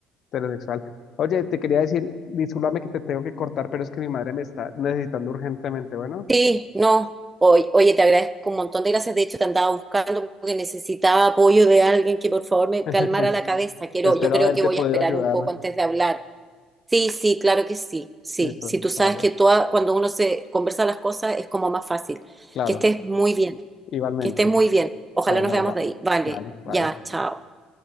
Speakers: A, on the left; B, on the right.
A: heterosexual. Oye, te quería decir, discúlpame que te tengo que cortar, pero es que mi madre me está necesitando urgentemente, bueno.
B: Sí, no. Oy- Oye, te agradezco un montón de gracias. De hecho, te andaba buscando porque necesitaba apoyo de alguien que por favor me
A: <laughs>
B: calmara la cabeza. Quiero,
A: Espero
B: yo creo
A: haberte
B: que voy
A: podido
B: a esperar
A: ayudar.
B: un poco antes de hablar. Sí, sí, claro que sí. Sí,
A: Listo,
B: sí, tú sabes
A: vale,
B: que toda, cuando uno se conversa las cosas es como más fácil.
A: claro.
B: Que estés muy bien,
A: Igualmente.
B: que estés muy bien. Ojalá
A: Bueno,
B: nos veamos
A: bye.
B: de ahí. Vale,
A: Dale, bye.
B: ya, chao.